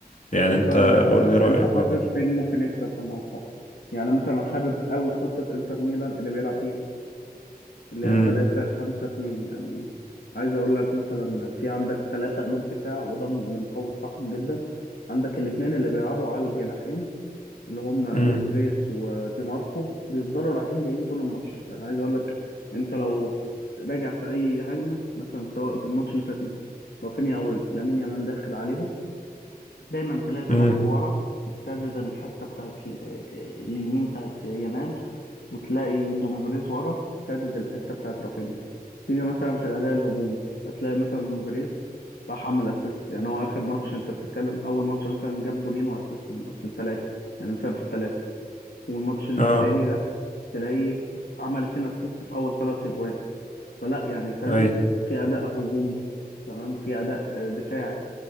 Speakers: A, on the left; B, on the left.
A: يعني
B: طب
A: انت
B: آه،
A: قول لي رايك
B: أنت حاسس
A: برضه
B: مين ممكن يكسب في الموضوع؟ يعني أنا مثلا حابب أوي خطة إنتر ميلان اللي بيلعب بيها اللي
A: امم
B: هي 3 5 2 يعني عايز أقول لك مثلا في عندك ثلاثة قلوب دفاع وده م- اللي مقوي دفاعهم جدا عندك الاتنين اللي بيلعبوا على الجناحين اللي هم
A: امم
B: دومفريس ودي ماركو بيفضلوا رايحين جايين طول الماتش يعني عايز اقول لك انت لو راجع في اي هجمه مثلا سواء الماتش اللي فات مثلا رافينيا او لامين يامال داخل عليهم دايما تلاقي دي
A: امم
B: ماركو ورا سادد الحته بتاعت ال- اليمين بتاعت يامال وتلاقي دومفريز ورا سادد الحته بتاعت رافينيا تيجي مثلا في الاداء الهجومي هتلاقي مثلا دومفريز راح عمل اسيست يعني هو اخر ماتش انت بتتكلم اول ماتش مثلا جاب جونين واسيست من اصل الثلاثه يعني مثلا في الثلاثه والماتش التاني
A: اه
B: ده تلاقيه عمل اتنين اسيست في اول ثلاث اجوان فلا يعني فاهم
A: اي
B: في اداء هجومي تمام في اداء آه، دفاعي